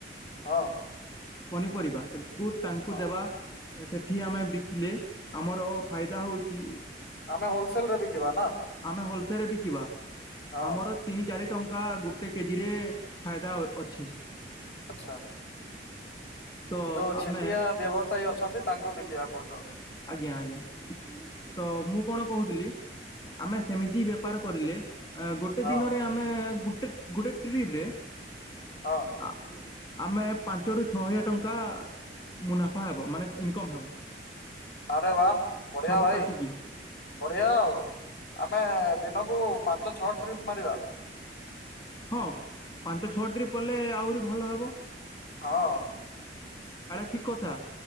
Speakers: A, on the left; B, on the left.
A: ହଁ।
B: ପନିପରିବା ତାକୁ ତାଙ୍କୁ
A: ହଁ
B: ଦେବା। ସେଠି ଆମେ ବିକିଲେ ଆମର ଫାଇଦା ହଉଛି
A: ଆମେ ହୋଲସେଲ ରେ ବି କିିବା ନା।
B: ଆମେ ହୋଲସେଲରେ ବିକିବା
A: ହଁ
B: ଆମର ତିନି ଚାରି ଟଙ୍କା ଗୋଟେ କେଜିରେ ଫାଇଦା ଅଛି।
A: ଆଚ୍ଛା।
B: ତ
A: ଯୋଉ
B: ଆମେ
A: ଛିଟିଆ ବ୍ୟବସାୟୀ ଅଛନ୍ତି ତାଙ୍କୁ ବିକିବା କହୁଛ
B: ଆଜ୍ଞା ଆଜ୍ଞା
A: ହୁଁ
B: ତ ମୁଁ କଣ କହୁଥିଲି ଆମେ ସେମିତି ବେପାର କରିଲେ ଗୋଟେ
A: ହଁ
B: ଦିନରେ ଆପ ଆମେ ଗୋଟେ, ଗୋଟେ ଟ୍ରିପ ରେ
A: ହଁ
B: ଆ ଆମେ ପାଞ୍ଚରୁ ଛଅ ହଜାର ଟଙ୍କା ମୁନାଫା ହେବ ମାନେ ଇନକମ ହେବ।
A: ଆରେ ବା ବଢିଆ
B: ସବୁ
A: ଭାଇ।
B: କାଟିକି
A: ବଢ଼ିଆ ଆଉ ଆମେ ଦିନକୁ ପାଞ୍ଚ ଛଅ ଟ୍ରିପ୍ ମାରିବା।
B: ହଁ ପାଞ୍ଚ ଛଅ ଟ୍ରିପ୍ କଲେ ଆହୁରି ଭଲ ହବ।
A: ହଁ।
B: ଏରା ଠିକି କଥା